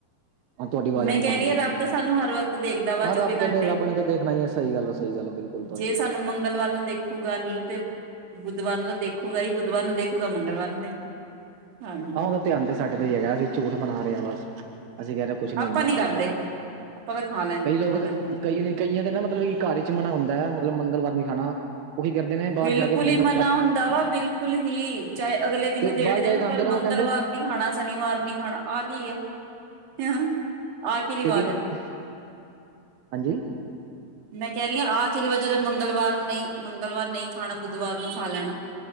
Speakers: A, on the right; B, on the right.
A: ਹਾਂ ਤੁਹਾਡੀ ਆਵਾਜ਼
B: ਮੈਂ
A: ਆਣੀ
B: ਕਹਿ
A: ਬੰਦ
B: ਰਹੀ
A: ਹੋ
B: ਹਾਂ
A: ਗਈ
B: ਰੱਬ
A: ਸੀ
B: ਤਾਂ ਸਾਨੂੰ ਹਰ ਵਕਤ ਦੇਖਦਾ ਵਾ
A: ਹਾਂ
B: ਚੌਵੀ
A: ਰੱਬ ਦੇ
B: ਘੰਟੇ
A: ਨੇ ਰੱਬ ਨੇ ਤਾਂ ਦੇਖਣਾ ਹੀ ਹੈ ਸਹੀ ਗੱਲ ਹੈ ਸਹੀ ਗੱਲ ਹੈ ਬਿਲਕੁਲ ਤੁਹਾਡੀ
B: ਜੇ ਸਾਨੂੰ ਮੰਗਲਵਾਰ ਦੇਖੂਗਾ ਨੀ ਤੇ ਬੁੱਧਵਾਰ ਨੂੰ ਤਾਂ ਦੇਖੂਗਾ ਹੀ ਬੁੱਧਵਾਰ ਨੂੰ ਦੇਖੂਗਾ ਮੰਗਲਵਾਰ ਨੂੰ ਦੇਖੂਗਾ ਹਾਂਜੀ
A: ਆਹੋ ਉਹਦਾ ਧਿਆਨ ਤੇ ਸਾਡੇ ਤੇ ਹੀ ਹੈਗਾ ਅਸੀਂ ਝੂਠ ਬਣਾ ਰਹੇ ਹਾਂ ਬਸ, ਅਸੀਂ ਕਹਿ ਰਹੇ ਕੁਛ ਨੀ
B: ਆਪਾਂ
A: ਹੁੰਦਾ ਖਾਲਾ
B: ਕਰਦੇ
A: ਐ,
B: ਆਪਾਂ ਤਾਂ ਖਾ ਲੈ
A: ਕਈ ਲੋਕ
B: ਖਾ ਲੈਂਦੇ ਹਾਂ।
A: ਕਈ ਕਈਆਂ ਦੇ ਨਾ ਮਤਲਬ ਕਿ ਘਰ ਚ ਮਨਾ ਹੁੰਦਾ ਐ ਮਤਲਬ ਮੰਗਲਵਾਰ ਨੀ ਖਾਣਾ ਉਹ ਕੀ ਕਰਦੇ ਨੇ ਬਾਹਰ
B: ਬਿਲਕੁਲ
A: ਜਾ ਕੇ ਮੰਗਲ
B: ਹੀ ਹੁੰਦਾ ਵਾ ਬਿਲਕੁਲ ਹੀ ਚਾਹੇ ਅਗਲੇ ਦਿਨ
A: ਤੇ
B: ਦੇੜ
A: ਬਾਹਰ
B: ਦੇਣ
A: ਜਾ ਕੇ ਖਾਂਦੇ
B: ਪਰ
A: ਰਹੋ
B: ਮੰਗਲਵਾਰ
A: ਉਹ ਕਹਿੰਦੇ
B: ਨੀ ਖਾਣਾ ਸ਼ਨੀਵਾਰ ਨੀ ਖਾਣਾ ਆਹ ਕੀ ਆ <unintelligible> ਰਿਵਾਜ਼
A: ਤੇ ਕੀ
B: ਆ
A: <inaudible> ਹਾਂਜੀ
B: ਮੈਂ ਕਹਿ ਰਹੀ ਆ ਕੀ ਰਿਵਾਜ ਐ ਜਦੋਂ ਨਹੀਂ ਮੰਗਲਵਾਰ ਨਹੀਂ ਖਾਣਾ ਬੁੱਧਵਾਰ ਨੂੰ ਖਾ ਲੈਣਾ।